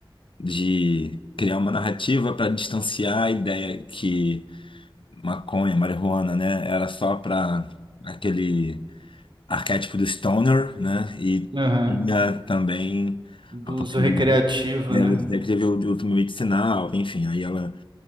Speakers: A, on the left; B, on the right.
A: de criar uma narrativa para distanciar a ideia que maconha, marijuana, né, era só para aquele arquétipo do stoner, né, e
B: Aham.
A: tinha também
B: Do
A: a possibilidade
B: uso recreativo,
A: né,
B: né?
A: de teve o uso medicinal, enfim, aí ela